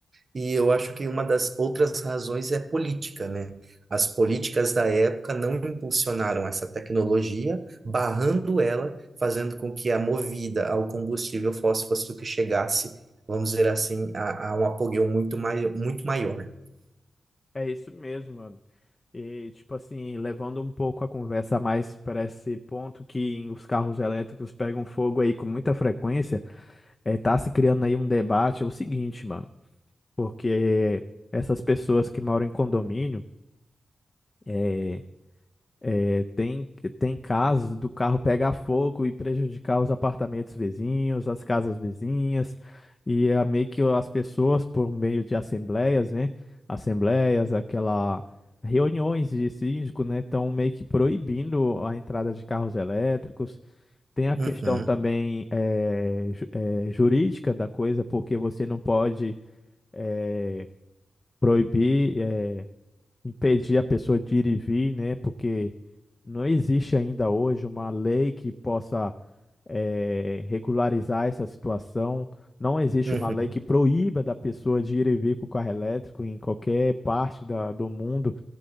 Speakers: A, on the right; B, on the left.
A: E eu acho que uma das outras razões é política, né? As políticas da época não impulsionaram essa tecnologia, barrando ela, fazendo com que a movida ao combustível fóssil fosse o que chegasse, vamos dizer assim, a, a um apogeu muito maior, muito maior.
B: É isso mesmo, mano. E, tipo assim, levando um pouco a conversa mais para esse ponto que os carros elétricos pegam fogo aí com muita frequência, é, tá se criando aí um debate, é o seguinte, mano, porque essas pessoas que moram em condomínio, é, É, tem, tem casos do carro pegar fogo e prejudicar os apartamentos vizinhos, as casas vizinhas, e é meio que as pessoas, por meio de assembleias, né? Assembleias, aquela reuniões de síndico, né? Estão meio que proibindo a entrada de carros elétricos. Tem a questão
A: Uhum,
B: também eh, ju- eh, jurídica da coisa, porque você não pode eh, proibir. eh, impedir a pessoa de ir e vir, né? Porque não existe ainda hoje uma lei que possa eh, regularizar essa situação. Não existe
A: uhum.
B: uma lei que proíba da pessoa de ir e vir com o carro elétrico em qualquer parte da, do mundo.